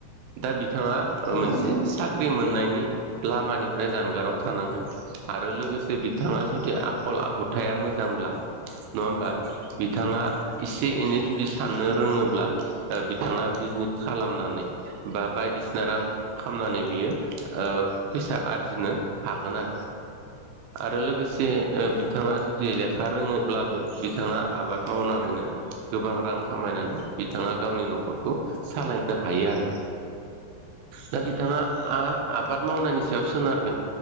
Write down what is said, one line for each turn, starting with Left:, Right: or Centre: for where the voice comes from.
Right: दा बिथाङा ओ
Left: औ
Right: मोनसे
Left: नंगौ नोंथां
Right: साख्रि मोन नायनि लामानिफ्राय जानगाराव थानांगोन आरो लोगोसे बिथाङा जुदि आखल आखु खुथाया मोजांब्ला
Left: <inaudible>
Right: नङा होमबा बिथाङा एसे एनै जुदि साननो रोङोब्ला बिथाङा बिजनेस खालामनानै बा बायदिसिना रां खालामनानै बियो फैसा ओ आरजिनो हागोन आ आरो लोगोसे बिथाङा जुदिखा लेखा हा रोङोब्लाबो बिथाङा आबाद मावनानैनो गोबां रां खामायनानै बिथाङा गावनि न'खर न'खरखौ सालायनो हायो आरो दा बिथाङा आ आबाद मावनायनि सायाव सोनारगोन